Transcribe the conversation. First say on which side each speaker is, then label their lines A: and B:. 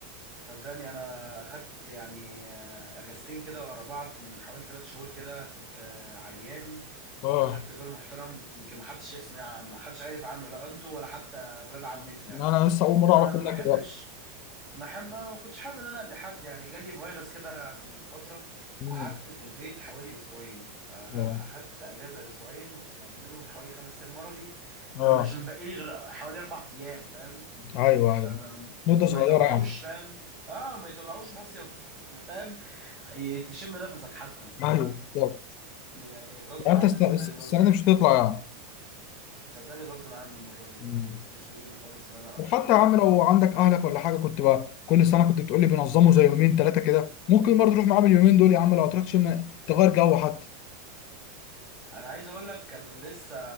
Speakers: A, on the right; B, on the left.
A: صدقني انا اخدت يعني آه، اجازتين كده ورا بعض من حوالي ثلاث شهور كده كنت آه، عيان
B: اه
A: اخدت دور محترم يمكن ما حدش يسمع ما حدش عارف عنه لا انتوا ولا حتى ولاد عمتي يعني
B: انا لسه اول مره
A: ما
B: اعرف
A: ما
B: منك
A: بحبش
B: دلوقتي
A: ما ح- ما كنتش حابب ان انا لحد يعني جالي فيروس كده من فتره
B: مم.
A: قعدت في البيت حوالي اسبوعين فاخدت
B: اه
A: اجازه اسبوعين وكانوا منهم حوالي خمس ايام مرضي فانا
B: اه
A: مش متبقي لي غير حوالي اربع ايام فاهم
B: ايوه ايوه
A: فما
B: مده
A: ما
B: صغيره
A: يطلعوش
B: يعني
A: فاهم اه ما يطلعوش مصيف فاهم ي- تشم نفسك حتى ف
B: ايوه طب
A: يعني غصب
B: يعني
A: عني
B: انت الس-
A: صدقني
B: الس- السنه
A: برضو
B: دي مش هتطلع يعني
A: صدقني غصب عني المره دي
B: مم.
A: برضو مش بايدي خالص ان انا اقدر
B: وحتى
A: اجي ولا
B: يا عم
A: لأ.
B: لو عندك اهلك ولا حاجه كنت بقى كل سنه كنت بتقولي بينظموا زي يومين ثلاثه كده ممكن برضه تروح معاهم اليومين دول يا عم لو هتروح تشم تغير جو حتى
A: انا عايز اقول لك كان لسه